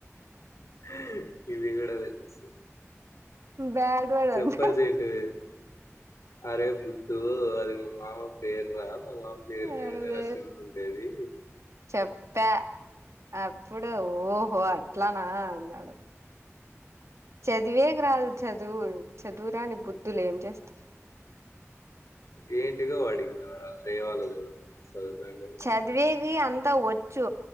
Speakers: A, on the left; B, on the right.
A: <unintelligible> ఇది కూడ తెలుసు
B: బ్యాడ్ వర్డ్
A: చెప్పల్సింటివి
B: అంట
A: అరే బుద్తు అది మామ పేరు రా మా మామ పేరు
B: అదే
A: మీదనే రా సిమ్ ఉండేది
B: చెప్పా అప్పుడు ఓహో అట్లాన అన్నాడు చదివే రాదు చదువు చదువురాని బుద్ధులు ఏం చేస్త
A: ఏంటిగో వాడింగాడ రేవాలదు సదువుతాండే
B: చదివేది అంతా వొచ్చు